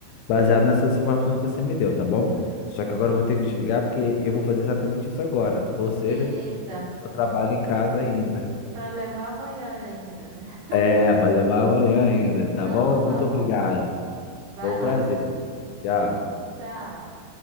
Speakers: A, on the left (about 85°); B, on the right (about 75°).
A: baseado nessas informações que você me deu, tá bom? Só que agora eu vou ter que desligar porque eu vou fazer exatamente isso agora. Ou seja,
B: Eita,
A: eu trabalho em casa ainda.
B: para levar amanhã ainda, né?
A: É, vai levar amanhã ainda,
B: <laughs>
A: tá
B: Não,
A: bom?
B: tá
A: Muito
B: bom.
A: obrigado.
B: Vai
A: Foi um
B: lá.
A: prazer. Tchau.
B: Tchau.